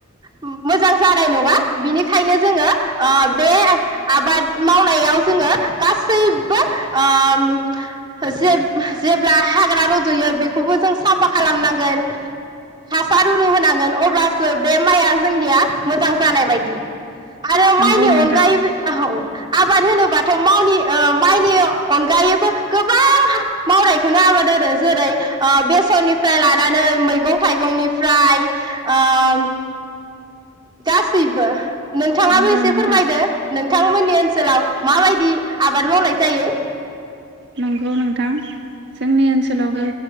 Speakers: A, on the right; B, on the right.
A: मोजां जानाय नङा बिनिखायनो जोङो ओ बे आबाद मावनायाव जोङो गासैबो ओ जे-जेब्ला हाग्रा रज'यो बेखौबो जों साफा खालामनांगोन हासार उनु होनांगोन अब्लासो बे माइआ जोंनिया मोजां जानाय बाय दि आरो
B: नंगौ
A: माइनि
B: नोंथां
A: अनगायैबो ओ आबाद होनोबाथ' मावनि ओ माइनि अनगायैबो गोबां मावनायखौनो आबाद होनो जेरै बेसरनिफ्राय लानानै मैगं थाइगंनिफ्राय ओ गासैबो नोंथाङाबो
B: नंगौ
A: एसे
B: नोंथां
A: फोरमायदो नोंथांमोननि ओनसोलाव माबायदि आबाद मावनाय जायो
B: नंगौ नोंथां जोंनि ओनसोलावबो